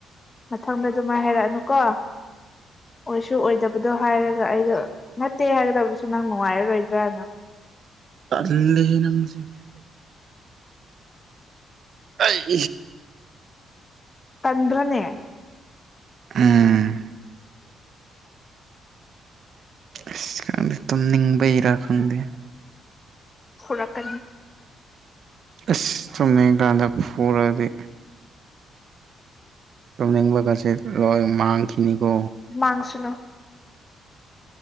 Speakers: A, on the left; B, on the right.
A: ꯃꯊꯪꯗ ꯑꯗꯨꯃꯥꯏ ꯍꯥꯏꯔꯛꯑꯅꯨꯀꯣ ꯑꯣꯏꯁꯨ ꯑꯣꯏꯗꯕꯗꯣ ꯍꯥꯏꯔꯒ ꯑꯩꯗꯣ ꯅꯠꯇꯦ ꯍꯥꯏꯒꯗꯕꯁꯨ ꯅꯪ ꯅꯨꯡꯉꯥꯏꯔꯔꯣꯏꯗ꯭ꯔꯥꯅ <inaudible>
B: ꯇꯜꯂꯤꯍ‌ꯦ ꯅꯁꯤ ꯑꯩ
A: ꯆꯟ꯭ꯔꯅꯦ
B: ꯎꯝ ꯑꯁ ꯈꯪꯗꯦ ꯇꯨꯝꯅꯤꯡꯕꯩꯔꯥ ꯈꯪꯗꯦ
A: ꯐꯨꯔꯛꯀꯅꯤ
B: ꯑꯁ ꯇꯨꯝꯅꯤꯡ ꯀꯥꯟꯗ ꯐꯨꯔꯗꯤ ꯇꯨꯝꯅꯤꯡꯕ ꯒꯥꯁꯦ ꯂꯣꯏꯅ ꯃꯥꯡꯈꯤꯅꯤꯀꯣ
A: ꯃꯥꯡꯁꯅꯨ